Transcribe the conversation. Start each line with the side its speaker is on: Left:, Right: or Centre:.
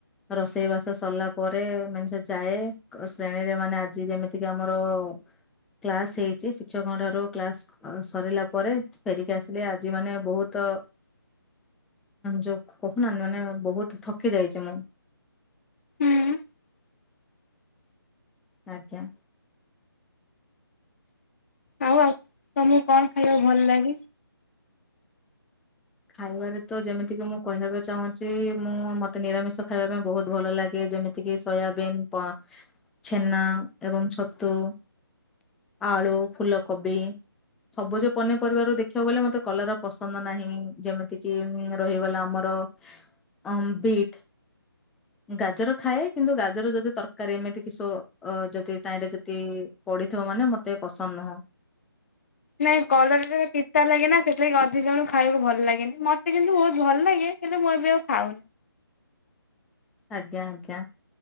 Centre: ରୋଷେଇ ବାସ ସରିଲା ପରେ ମାନେ ସେ ଯାଏ ଶ୍ରେଣୀରେ ମାନେ ଆଜି ଯେମିତିକି ଆମର କ୍ଲାସ ହେଇଚ଼ି ଶିକ୍ଷକଙ୍କ ଠାରୁ କ୍ଲାସ ସରିଲା ପରେ ଫେରିକି ଆସିଲେ ଆଜି ମାନେ ବହୁତ
Left: <inaudible>
Centre: ଯୋଉ କହୁନାହାନ୍ତି ମାନେ ବହୁତ ଥକି ଯାଇଚ଼ି ମୁଁ ।
Left: <inaudible>
Centre: ଆଜ୍ଞା ।
Left: ଆଉ ଆଉ ତମକୁ କଣ ଖାଇବାକୁ ଭଲ ଲାଗେ?
Centre: ଖାଇବାରେ ତ ଯେମିତିକି ମୁଁ କହିବାକୁ ଚାହୁଁଚ଼ି ମୁଁ ମତେ ନିରାମିଷ ଖାଇବା ପାଇଁ ବହୁତ ଭଲ ଲାଗେ । ଯେମିତିକିି ସୋୟାବିନ୍, ପଁ, ଛେନା ଏବଂ ଛତୁ । ଆଳୁ, ଫୁଲକୋବି । ସବୁଜ ପନିପରିବାରରୁ ଦେଖିଆକୁ ଗଲେ ମତେ କଲରା ପସନ୍ଦ ନାହିଁ । ଯେମିତିକି ଉଁ ରହିଗଲା ଆମର ଅଁ ବିଟ୍ । ଗାଜର ଖାଏ କିନ୍ତୁ ଗାଜର ଯଦି ତର ତରକାରୀ ଏମିତି କି ସୋ-ଅ ଯଦି ତାହିଁରେ ଯଦି ପଡିଥିବ ମାନେ ମତେ ପସନ୍ଦ ନୁହଁ।
Left: ନାଇଁ କଲରାଟାରେ ପିତା ଲାଗେ ନା, ସେଥିଲାଗି ଅଧେ ଜଣଙ୍କୁ ଖାଇବାକୁ ଭଲ ଲାଗେନି। ମତେ କିନ୍ତୁ ବହୁତ ଭଲ ଲାଗେ କିନ୍ତୁ ମୁଁ ଏବେ ଆଉ ଖାଉନି।
Centre: ଆଜ୍ଞା ଆଜ୍ଞା।